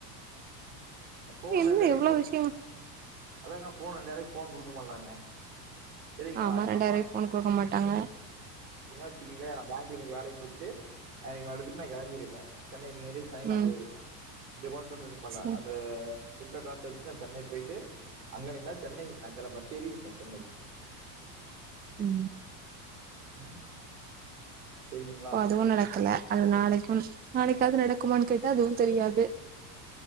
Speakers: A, on the right; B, on the right.
A: ஃபோன்
B: என்ன
A: ரெண்டாயிர் ரூவாய்க்கு
B: எவ்ளோ விஷயங்க
A: அதாங்க ஃபோன் ரெண்டாயிர ரூபாய்க்கு ஃபோன் குடுக்க மாட்டாங்க சரிங்களா?
B: ஆமா
A: எங்க
B: ரெண்டாயிருவாய்க்கு ஃபோன் குடுக்க மாட்டாங்க
A: இல்லேனா வச்சக்கீங்களே நா பேங்க்ல இன்னைக்கு வேலைய முடிச்ட்டு நா இன்னைக்கு நா எடுத்துட்டு நா கெளம்பிருப்பே சென்னை நியடி ட்ரெய்ன் நா
B: ம்
A: போயிருப்பே இங்க உக்காந்துட்டு இருக்கமாட்டே
B: சரி
A: அந்த இருக்க காச வச்சு நா சென்னை போயிட்டு அங்க ரெண்ட்நாள் சென்னை நா கெள பஸ் ஏறிருப்பே சென்னை
B: ம்
A: ம் சரிங்களா?
B: இப்போ அதுவு நடக்கல அது நாளைக்கும் நாளைக்காவது நடக்குமானு கேட்டா அதுவும் தெரியாது